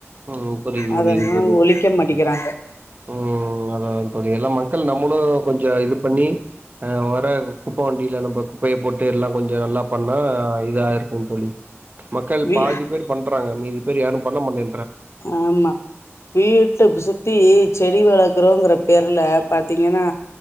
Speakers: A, on the right; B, on the left.
A: ம் புரியுது
B: அதெல்லா
A: புரியுது தோழி
B: ஒழிக்க மாட்டேக்கிறாங்க
A: ம் அதா தோழி எல்லா மக்கள் நம்மளு கொஞ்சோ இது பண்ணி ஆ வர குப்ப வண்டில நம்ம குப்பைய போட்டு எல்லா கொஞ்சோ நல்லா பண்ணா இதா இருக்கு தோழி மக்கள்
B: வீ
A: பாதி பேர் பண்றாங்க மீதி பேர் யாரு பண்ண மாட்டே
B: ஆமா வீட்டப் சுத்தி செடி வளர்க்குறோங்ற பேர்ல பாத்தீங்கனா